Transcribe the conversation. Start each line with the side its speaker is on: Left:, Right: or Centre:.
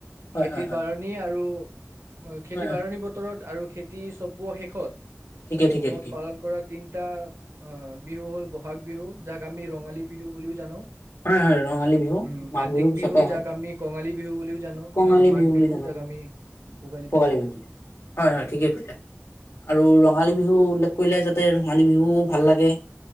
Left: হয়
Right: খেতিৰ
Left: হয় হয়
Right: বাৰনী আৰু খেতি
Left: হয় হয়
Right: বাৰণি বতৰত আৰু খেতি চপোৱা শেষত
Left: ঠিকে ঠিকে
Right: অসমত
Left: ঠিকে
Right: পালন কৰা তিনটা অঁ বিহু হ'ল, বহাগ বিহু বিহু যাক আমি ৰঙালী বিহু বুলিও জানো
Left: হয় হয় ৰঙালী বিহু
Right: উম
Left: মাঘ
Right: কাতিক
Left: বিহুৰ পিছতে
Right: বিহু
Left: আহে
Right: যাক আমি কঙালী বিহু বুলিও জানো
Left: কঙালী
Right: আৰু মাঘ
Left: বুলি
Right: বিহু
Left: জানো
Right: যাক আমি ভোগালী
Left: ভোগালী বিহু বুলি হয় হয় ঠিকেই কৈছে আৰু ৰঙালী বিহু উল্লেখ কৰিলে যাতে তাতে ৰঙালী বিহু ভাল লাগে